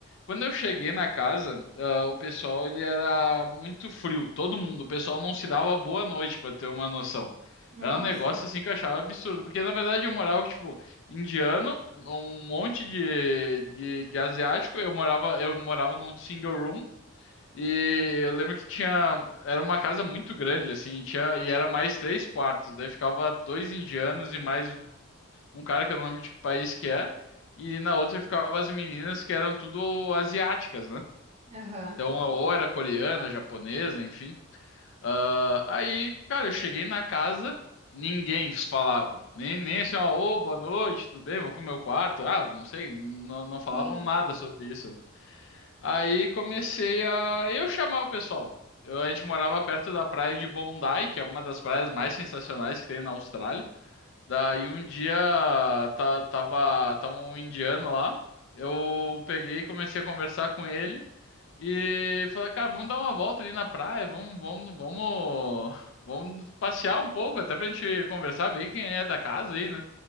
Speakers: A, on the left; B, on the right.
A: Quando eu cheguei na casa, ah, o pessoal ele era muito frio, todo mundo. O pessoal não se dava boa noite, pra ter uma noção.
B: Nossa,
A: Era um negócio assim que eu achava absurdo, porque na verdade eu morava tipo indiano, um monte de, de, de asiático. Eu morava eu morava num single room e eu lembro que tinha era uma casa muito grande assim, e tinha e era mais três quartos. Daí ficava dois indianos e mais um cara que eu não lembro de que país que é, e na outra ficavam as meninas que eram tudo asiáticas, né?
B: aham.
A: Então, ou era coreana, japonesa, enfim. Ah, aí, cara, eu cheguei na casa, ninguém falava. Nem, nem assim, ó, ô, boa noite, tudo bem? Vou pro meu quarto. Ah, não sei, não, não falavam
B: Sim,
A: nada sobre isso. Aí comecei a eu chamar o pessoal. Eu, a gente morava perto da praia de Bondi, que é uma das praias mais sensacionais que tem na Austrália. Daí um dia ta- tava, tava um indiano lá, eu peguei e comecei a conversar com ele e falei, cara, vamos dar uma volta ali na praia, vamos, vamos, vamos, vamos passear um pouco, até pra gente conversar, ver quem é da casa aí, né?